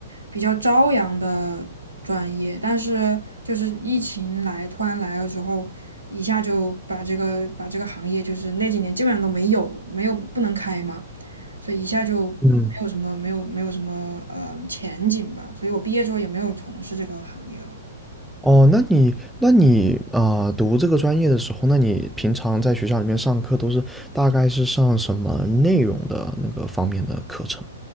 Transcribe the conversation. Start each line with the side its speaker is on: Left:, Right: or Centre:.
Right: 比较朝阳的专业，但是就是疫情来突然来了之后，一下就把这个把这个行业就是那几年基本上都没有没有不能开嘛。所以一下就没有什么没有没有什么呃前景吧。
Centre: 嗯。
Right: 所以我毕业之后也没有从事这个行业了。
Centre: 哦，那你那你啊、呃读这个专业的时候，那你平常在学校里面上课都是大概是上什么内容的那个方面的课程？